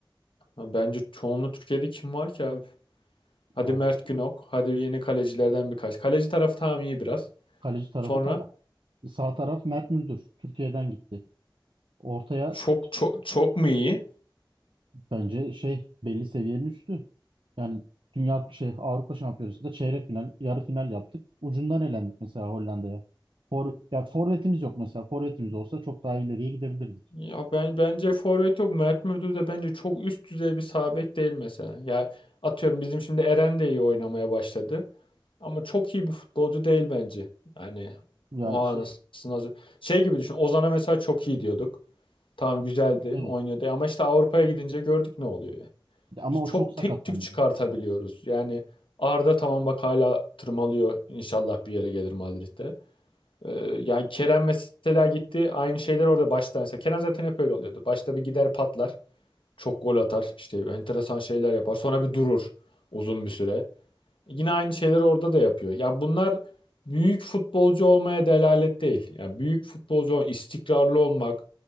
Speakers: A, on the left; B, on the right.
A: Ha, bence çoğunluğu Türkiye'de kim var ki abi? Hadi
B: Abi,
A: Mert
B: çok-
A: Günok, hadi yeni kalecilerden birkaç. Kaleci tarafı tamam iyi biraz.
B: Kaleci tarafı
A: Sonra
B: tamam. Sağ taraf Mert Müldür. Türkiye'den gitti. Ortaya
A: çok çok çok mu iyi?
B: bence şey belli seviyenin üstü. Yani dünya şey Avrupa Şampiyonası'nda çeyrek final, yarı final yaptık. Ucundan elendik mesela Hollanda'ya. For, ya forvetimiz yok mesela. Forvetimiz olsa çok daha ileriye gidebilirdik.
A: Ya ben bence forvet yok. Mert Müldür de bence çok üst düzey bir sağ bek değil mesela. Ya atıyorum bizim şimdi Eren de iyi oynamaya başladı. Ama çok iyi bir futbolcu değil bence. Yani
B: Ya
A: oha
B: şey
A: nasıl nasıl. Şey gibi düşün. Ozan'a mesela çok iyi diyorduk. Tamam güzeldi,
B: evet
A: oynuyordu ama işte Avrupa'ya gidince gördük ne oluyor ya.
B: ama
A: Biz çok
B: o çok sakatlandı.
A: tek tük çıkartabiliyoruz. Yani Arda tamam bak hala tırmalıyor. İnşallah bir yere gelir Madrid'de. Ee, yani Kerem mesela gitti. Aynı şeyler orada başta mesela. Kerem zaten hep öyle oluyordu. Başta bir gider patlar. Çok gol atar. işte enteresan şeyler yapar. Sonra bir durur uzun bir süre. Yine aynı şeyleri orada da yapıyor. Ya bunlar büyük futbolcu olmaya delalet değil. Yani büyük futbolcu olmak, istikrarlı olmak.